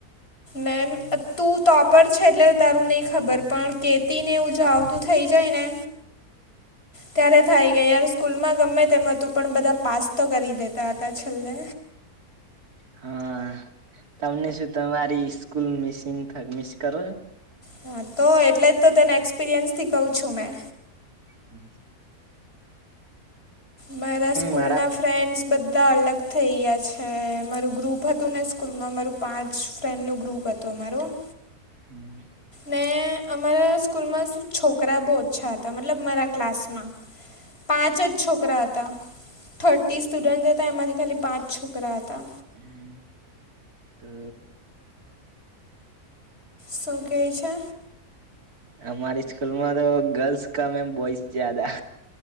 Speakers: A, on the left; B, on the right.
A: નેન તું તોપર છે, એટલે તારું નહીં ખબર પણ કેતીનેવું જ આવતું થઈ જાય ને ત્યારે થાય ગયા યાર સ્કૂલમાં ગમે તેમ તું પણ બધા પાસ તો કરી દેતા હતા છેલ્લે
B: હા તમને શું તમારી સ્કૂલ મિસિંગ મિસ કરો છો?
A: હા તો એટલે જ તો તને એક્સપિરિયન્સથી કહઉ છું મેં
B: હમ
A: મારા સ્કૂલના
B: મારા
A: ફ્રેન્ડ્સ બધા અલગ થઈ ગયા છે, મારું ગ્રુપ હતું ને સ્કૂલમાં મારું પાંચ ફ્રેન્ડનું ગ્રુપ હતું અમારું
B: હમ.
A: ને અમારા સ્કૂલમાં છોકરા બો ઓછા હતા મતલબ મારા ક્લાસમાં પાંચ જ છોકરા હતા થર્ટી સ્ટુડન્ટ હતા એમાંથી ખાલી પાંચ છોકરા હતા.
B: હમ. તો <unintelligible>
A: શું કહે છે
B: અમારી સ્કૂલમાં તો ગર્લ્સ કમે બોઈસ જ્યાદા